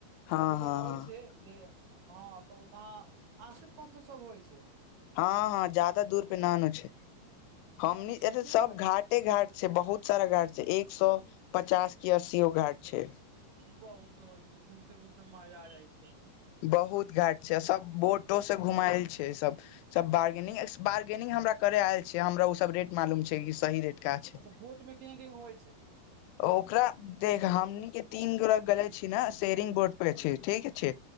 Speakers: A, on the left; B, on the right.
A: हँ
B: अभी
A: हँ
B: बताबै छै जे हँ तऽ ओत हँ आसे पास मे सब होइ छै
A: हँ हँ ज्यादा दूर पे नानु छै हमनी
B: तब ठीके
A: एत
B: होइ
A: सब
B: छै
A: घाटे घाट छै बहुत सारा घाट छै एक सौ पचास की अस्सी गो घाट छै
B: बहुत होइ छैय तऽ घुमते घुमते मजा आ जाइ छैय।
A: बहुत घाट छैय आ सब बोटो से घुमायल छैय सब सब बारगेनिंग बारगेनिंग हमरा करे आयल छै हमरा ओ सब रेट मालूम छै सही रेट का छै
B: अच्छा बोट मे केहन केहन होइ छै
A: ओकरा देख हमनी के तीन गोरा गले छी न सेयरिंग बोर्ड पे छी ठीक छै